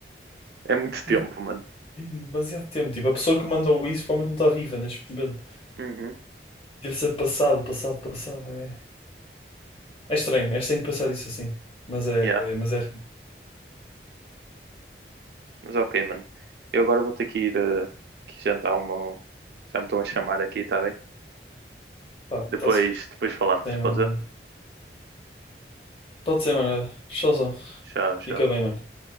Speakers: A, on the right (about 70°); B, on the left (about 30°).
A: é muito tempo,
B: E
A: mano.
B: tem demasiado tempo, tipo, a pessoa que mandou isso provavelmente não está viva neste momento.
A: Uhum,
B: Deve ser passado, passado, passado. É, é estranho, é estranho pensar isso assim, mas é,
A: yeah.
B: é- mas é,
A: Mas ok, mano. Eu agora vou ter que ir eh, que jantar uma. Já me estão a chamar aqui, tá bem?
B: pá, está-se
A: Depois, depois falamos,
B: bem,
A: pode
B: mano.
A: ser?
B: Pode ser, mano. Showzão.
A: Tchau, tchau.
B: Fica bem, mano.